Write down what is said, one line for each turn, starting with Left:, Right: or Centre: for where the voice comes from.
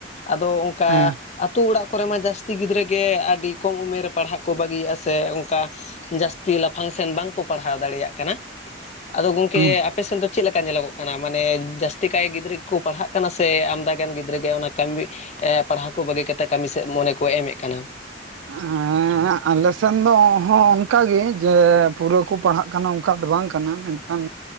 Left: ᱟᱫᱚ ᱚᱝᱠᱟ᱾
Right: ᱦᱮᱸ
Left: ᱟᱛᱳ ᱚᱲᱟᱜ ᱠᱚᱨᱮ ᱢᱟ ᱡᱟᱹᱥᱛᱤ ᱜᱤᱫᱽᱨᱟᱹ ᱜᱮ ᱟᱹᱰᱤ ᱠᱚᱢ ᱩᱢᱮᱨ ᱨᱮ ᱯᱟᱲᱦᱟᱜ ᱠᱚ ᱵᱟᱹᱜᱤᱭᱮᱫᱟ ᱥᱮ ᱚᱱᱠᱟ᱾ ᱡᱟᱹᱥᱛᱤ ᱞᱟᱯᱷᱟᱝ ᱥᱮᱱ ᱵᱟᱝᱠᱚ ᱯᱟᱲᱦᱟᱣ ᱫᱟᱲᱮᱭᱟᱜ ᱠᱟᱱᱟ ᱟᱫᱚ ᱜᱚᱝᱠᱮ᱾
Right: ᱦᱮᱸ
Left: ᱟᱯᱮᱥᱮᱱ ᱫᱚ ᱪᱮᱫ ᱞᱮᱠᱟ ᱧᱮᱞᱚᱜᱚᱜ ᱠᱟᱱᱟ ᱢᱟᱱᱮ ᱡᱟᱹᱥᱛᱤ ᱠᱟᱭ ᱜᱤᱫᱽᱨᱟᱹ ᱜᱮᱠᱚ ᱯᱟᱲᱦᱟᱜ ᱠᱟᱱᱟ ᱥᱮ ᱟᱢᱫᱟ ᱜᱟᱱ ᱜᱤᱫᱽᱨᱟᱹ ᱜᱮ ᱚᱱᱟ ᱠᱟᱹᱢᱤ ᱯᱟᱲᱦᱟᱣ ᱠᱚ ᱵᱟᱹᱜᱤ ᱠᱟᱛᱮᱜ ᱠᱟᱹᱢᱤ ᱥᱮᱫ ᱢᱚᱱᱮ ᱠᱚ ᱮᱢᱮᱫ ᱠᱟᱱᱟ
Right: ᱩᱸ ᱦᱮᱸ ᱟᱞᱮ ᱥᱮᱱ ᱫᱚ ᱦᱚᱸ ᱚᱱᱠᱟᱜᱮ ᱡᱮ ᱯᱩᱨᱟᱹ ᱠᱚ ᱯᱟᱲᱦᱟᱜ ᱠᱟᱱᱟ ᱚᱱᱠᱟ ᱫᱚ ᱵᱟᱝ ᱠᱟᱱᱟ ᱢᱮᱱᱠᱷᱟᱱ